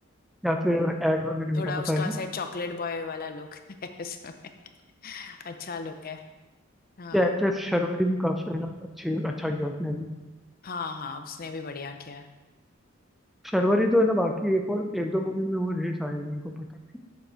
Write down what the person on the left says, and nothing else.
थोड़ा
उसका
ऐसा चॉकलेट बॉय वाला लुक <laughs> है उसमें अच्छा लुक है हाँ
हाँ हाँ उसने भी बढ़िया किया है